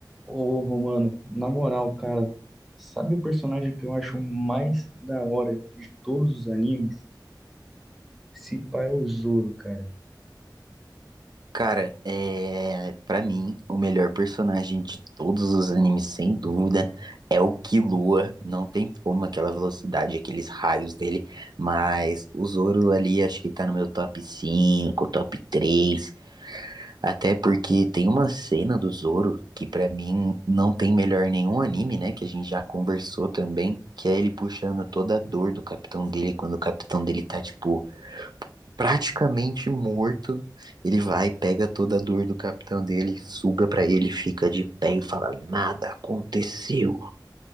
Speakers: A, in the centre; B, on the right.
A: Ô, Romano, na moral, cara, sabe o personagem que eu acho mais da hora de todos os animes? Se pá é o Zoro, cara.
B: Cara, é, para mim, o melhor personagem de todos os animes, sem dúvida, é o Killua. Não tem como aquela velocidade, aqueles raios dele, mas o Zoro ali acho que tá no meu top 5, top 3, até porque tem uma cena do Zoro que pra mim não tem melhor nenhum anime, né, que a gente já conversou também, que é ele puxando toda a dor do capitão dele quando o capitão dele tá tipo praticamente morto, ele vai, pega toda a dor do capitão dele, suga pra ele, fica de pé e fala: Nada aconteceu.